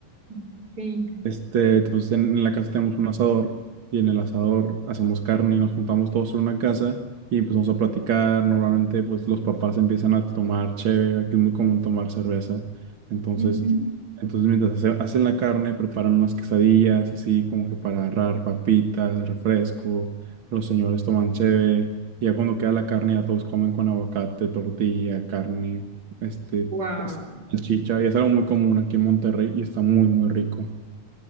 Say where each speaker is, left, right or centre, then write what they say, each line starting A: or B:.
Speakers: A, on the right; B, on the right.
A: ok,
B: Este, entonces en, en la casa tenemos un asador y en el asador hacemos carne y nos juntamos todos en una casa y empezamos a platicar. Normalmente pues los papás empiezan a tomar cheve, aquí es muy común tomar cerveza. Entonces,
A: ujú.
B: entonces mientras hace- hacen la carne preparan unas quesadillas así como que para agarrar papitas, refresco, los señores toman cheve y ya cuando queda la carne ya todos comen con aguacate, tortilla, carne, este,
A: Wow.
B: es- salchicha y es algo muy común aquí en Monterrey y está muy muy rico.